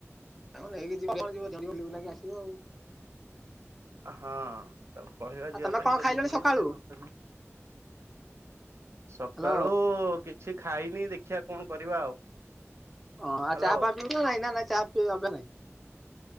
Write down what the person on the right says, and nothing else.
ହଁ ତାୁ କହିବା
ଯିବା
ପାଇଁ
ଯଦି
ଯିବେ
ଯିବେ ନ ହେଲେ ନାହିଁ। ସକାଳୁ
କିଛି ଖାଇନି ଦେଖିବା କଣ କରିବା ଆଉ।
ହ୍ୟାଲୋ।